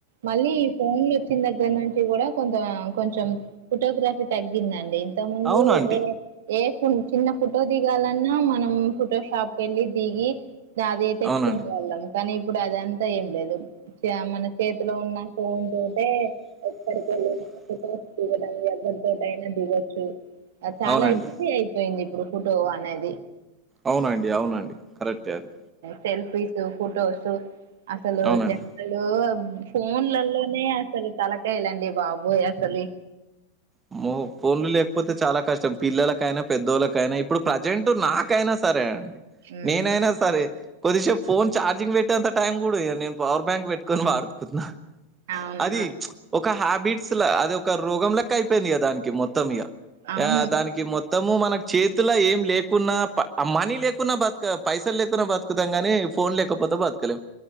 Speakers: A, on the right (about 55°); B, on the right (about 15°).
A: మళ్ళీ ఫోన్లు వచ్చిన దగ్గరి నుంచి కూడా కొంత కొంచెం ఫోటోగ్రఫీ తగ్ గ్గిందండి ఇంత ముందు
B: అవునండి.
A: ఏ ఏ చిన్న ఫోటో దిగాలన్నా మనం ఫోటో షాప్ వెళ్ళి దిగి అదే తెచ్చుకునే
B: అవునండి.
A: వాళ్ళం కానీ ఇప్పుడు అదంతా ఏం లేదు చ్ మన చేతిలో ఉన్న ఫోన్ తోటె ఎక్కడికెళ్ళిన ఫోటోస్ దిగడం ఎవరితోటయినా దిగొచ్చు చాలా
B: అవునండి.
A: హేచ్సి అయిపోయింది ఇప్పుడు ఫోటో అనేది
B: అవునండి అవునండి కరెక్టే అది
A: సెల్ఫీసు ఫోటోసు అసలు
B: అవునండి.
A: జనాలు ఫోన్లల్లోనే అసలు తల కాయలండి బాబోయ్ అసలి
B: అమ్మో ఫోన్లు లేకపోతే చాలా కష్టం పిల్లలకైనా పెద్దోళ్ళకైనా ఇప్పుడు ప్రజెంట్ నాకైనా సరే అండి
A: ఉమ్
B: నేనైనా సరే కొద్దిసేపు ఫోన్ ఛార్జింగ్ పెట్టేంత టైం కూడ ఇయ్య నేను పవర్ బ్యాంక్ పెట్టుకొని వాడుతున్నా
A: అవును
B: అది ఒక హ్యాబిట్స్ అది ఒక రోగం లెక్క అయిపోయింది ఇగ దానికి మొత్తం ఇగ
A: అవును
B: ఆ దానికి మొత్తం మొత్తము మనకు చేతిల ఏం లేకున్నా ప్ మనీ లేకున్నా బతుక పైసలు లేకున్నా బతుకుతాం గనీ ఫోన్ లేెకపోతే బతకలేం